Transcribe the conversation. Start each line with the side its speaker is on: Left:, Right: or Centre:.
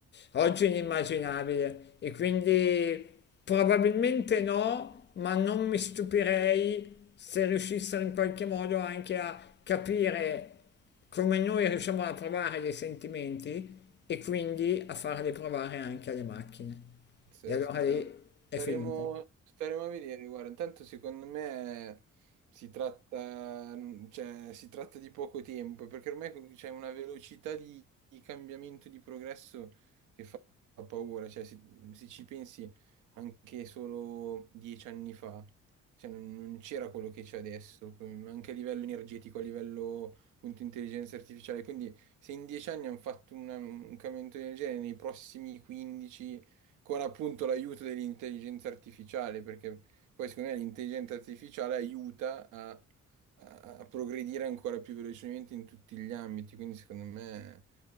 Left: Oggi è inimmaginabile e quindi probabilmente no, ma non mi stupirei se riuscissero in qualche modo anche a capire come noi riusciamo a provare dei sentimenti e quindi a farli provare anche alle macchine.
Right: Pazzesco,
Left: E allora
Right: saremo-
Left: lì è
Right: staremo,
Left: finita.
Right: staremo a vedere, guarda, intanto secondo me si tratta, cioè, si tratta di poco tempo, perché ormai co- c'è una velocità di, di cambiamento, di progresso Fa paura, cioè se, se ci pensi anche solo dieci anni fa, cioè, non non c'era quello che c'è adesso, que- anche a livello energetico, a livello appunto intelligenza artificiale, quindi se in dieci anni hanno fatto una- un cambiamento del genere, nei prossimi 15 con appunto l'aiuto dell'intelligenza artificiale, perché poi secondo me l'intelligenza artificiale aiuta a a progredire ancora più velocemente in tutti gli ambiti, quindi secondo me